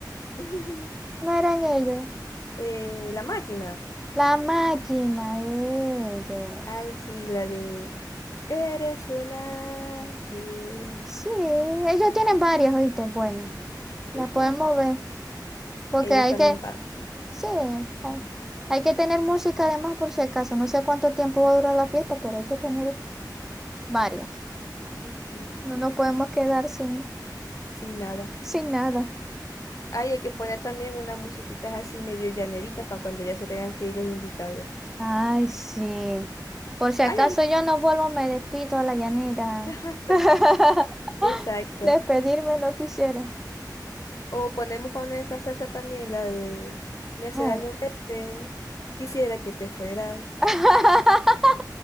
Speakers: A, on the left; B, in the centre.
A: <laughs>
B: No eran ellos.
A: Eh, la máquina.
B: La máquina de ellos.
A: Ay, sí, la de Eres un ángel.
B: Sí, ellos tienen varias, ¿viste? Bueno,
A: Sí,
B: la
A: sí.
B: podemos ver. Porque
A: Ellos
B: hay
A: también
B: que,
A: van.
B: sí, hay, hay que tener música además por si acaso. No sé cuánto tiempo va a durar la fiesta, pero hay que tener varias.
A: Ujú.
B: No nos podemos quedar sin,
A: Sin nada.
B: sin nada.
A: Ay, hay que poner también unas musiquitas así medio llaneritas para cuando ya se tengan que ir los invitados.
B: Ay, sí. Por si
A: Ay,
B: acaso
A: el-
B: yo no vuelvo, me despido a la llanera.
A: <laughs>
B: <laughs>
A: Exacto.
B: Despedirme no quisiera.
A: O ponemos poner esta salsa también, la de Me hace
B: Bueno.
A: daño verte. Quisiera que te fueras.
B: <laughs>